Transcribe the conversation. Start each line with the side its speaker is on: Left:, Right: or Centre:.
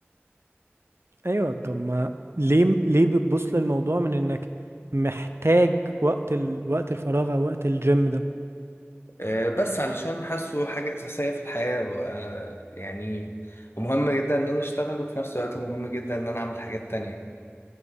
Right: ايوه طب ما ليه ليه بتبص للموضوع من انك محتاج وقت ال... وقت الفراغ او وقت الجيم ده
Left: آه، بس علشان حاسه حاجه اساسيه في الحياه آه، يعني ومهم جدا ان انا اشتغل وفي نفس الوقت مهم جدا ان انا اعمل حاجات تانية